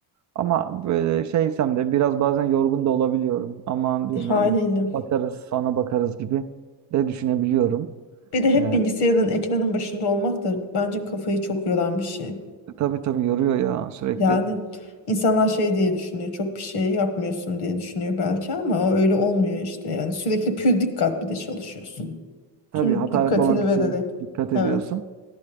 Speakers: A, on the right; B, on the left.
A: Ama böyle şeysem de biraz bazen yorgun da olabiliyorum. Aman diyorum
B: E, Haliyle.
A: yani bakarız sonra bakarız gibi de düşünebiliyorum.
B: Bir de hep
A: Ee,
B: bilgisayarın ekranın başında olmak da bence kafayı çok yoran bir şey.
A: tabii tabii yoruyor ya sürekli.
B: Yani insanlar şey diye düşünüyor. Çok bir şey yapmıyorsun diye düşünüyor belki ama o öyle olmuyor işte. Yani sürekli pür dikkat bir de çalışıyorsun.
A: Tabii
B: Tüm
A: hata
B: dikkatini
A: yapmamak için
B: vererek.
A: dikkat ediyorsun.
B: Evet.